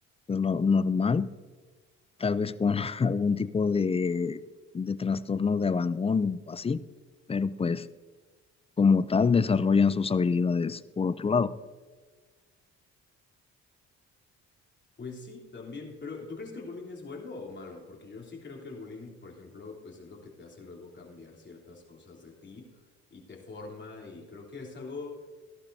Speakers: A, on the left; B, on the left.
A: pues, no- normal, tal vez con <laughs> algún tipo de, de trastorno de abandono o así, pero pues como tal desarrollan sus habilidades por otro lado.
B: Pues sí, también. Pero, ¿tú crees que el bullying es bueno o malo? Porque yo sí creo que el bullying, por ejemplo, pues es lo que te hace luego cambiar ciertas cosas de ti y te forma y creo que es algo